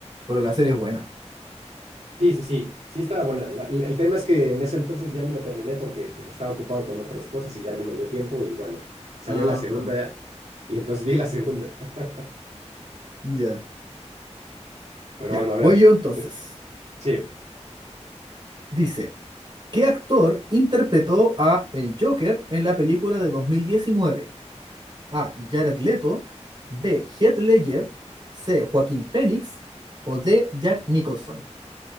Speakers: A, on the right (about 40°); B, on the right (about 70°).
A: pero la serie es buena.
B: Sí, sí, sí, sí estaba buena. La- la- el tema es que en ese entonces ya no la terminé porque pues, estaba ocupado con otras cosas y ya no me dio tiempo y bueno, salió
A: Ah,
B: la segunda
A: claro.
B: y entonces vi la segunda. <laughs>
A: Ya.
B: Pero
A: Ya,
B: bueno, a
A: voy
B: ver,
A: yo entonces.
B: te- sí,
A: Dice, ¿qué actor interpretó a el Joker en la película de 2019? A. Jared Leto, B. Heath Ledger, C. Joaquín Phoenix o D. Jack Nicholson.